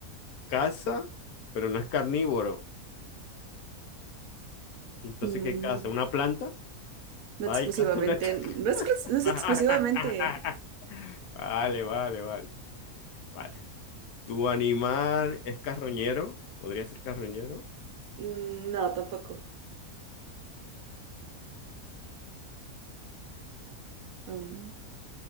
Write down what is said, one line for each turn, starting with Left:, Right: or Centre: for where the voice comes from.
Left: ¿Caza? Pero no es carnívoro. Entonces,
Right: Mm,
Left: ¿qué caza? ¿Una planta?
Right: no exclusivamente,
Left: Va y caza una... <laughs>
Right: no, exclus- no es exclusivamente.
Left: Vale, vale, vale. Vale. ¿Tu animal es carroñero? ¿Podría ser carroñero?
Right: Mm, No, tampoco. Um,